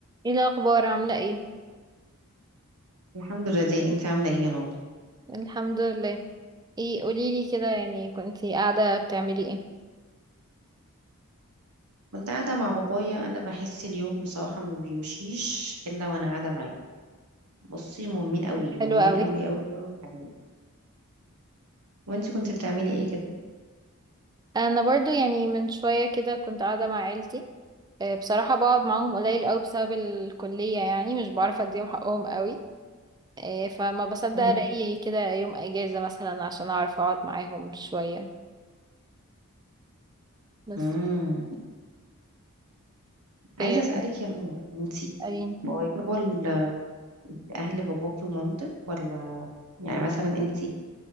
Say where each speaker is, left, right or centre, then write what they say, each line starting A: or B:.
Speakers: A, on the right; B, on the right.
A: ايه الاخبار عامله ايه
B: الحمد لله انت عامله ايه يا نور
A: الحمد لله ايه قوليلي كده يعني كنتي قاعده بتعملي ايه
B: كنت قاعده مع بابايا انا بحس اليوم بصراحه ما بيمشيش الا وانا قاعده معاه بصي مهمين قوي
A: حاجه
B: مهمين
A: حلوه قوي
B: قوي قوي قوي في حياتي وانت كنت بتعملي ايه كده
A: انا برضو يعني من شويه كده كنت قاعده مع عيلتي آه، بصراحه بقعد معاهم قليل قوي بسبب الكليه يعني مش بعرف اديهم حقهم قوي آه، فما بصدق
B: مم.
A: الاقي كده يوم اجازه مثلا عشان اعرف اقعد معاهم شويه بس
B: مم. عايزه
A: آه،
B: اسالك يا نور انت
A: قالين
B: قريبه ل- لاهل باباكي ومامتك ولا يعني مثلا انت